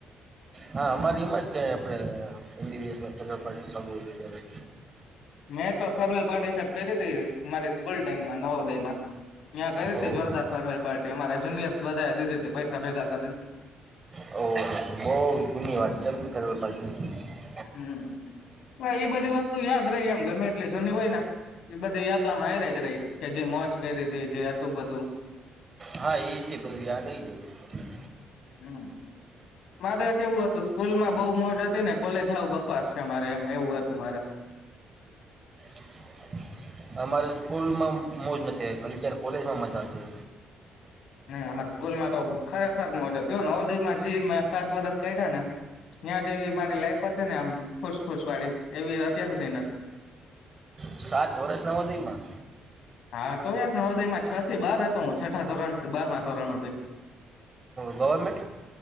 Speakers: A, on the right; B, on the left.
A: હા અમારી એમાં જ છે, <unintelligible>
B: મેં તો ફેરવેલ પાર્ટી શટ કરી હતી મારી સ્કૂલ ટાઈમમાં નવોદયમાં ત્યાં કરી તી
A: ઓહો
B: જોરદાર ફેરવેલ પાર્ટી અમારે જુનિયર્સ બધા દીધી પૈસા ભેગા કરીને
A: ઓહ બોવ ધુન્યવાદ છે, એમ <inaudible>
B: હમ એ બધી વસ્તુ યાદ રહી એમ ગમે એટલી જૂની હોય ને એ બધી યાદ આમ હાયરે જ રહી કે જે મોજ કરી રી હતી જે હતું બધું
A: હા એ વિશે બધું યાદ રહી જાય
B: હમ. મારે કેવું હતું સ્કૂલમાં બોવ મોજ હતી ને કોલેજ હાવ બકવાસ છે, મારે એમ એવું હતું મારે
A: <inaudible> અમારે સ્કૂલમાં મોજ નથી જ્યારે કોલેજમાં મજાશે
B: અમારા સ્કૂલમાં તો ખરેખર મોજ હતી હો નવોદયમા જ મેં સાત વરસ કાઢ્યા ને ત્યાં જેવી મારી લાઈફ હતી ને આમ ખુશખુશ વાળી એવી અત્યારે સુધ
A: સાત વર્ષ નવોદયમાં
B: હા તો યાર નવોદયમાં છ થી બાર હતો હું છઠા બારમાં ધોરણ હુથી
A: ગવર્મેન્ટ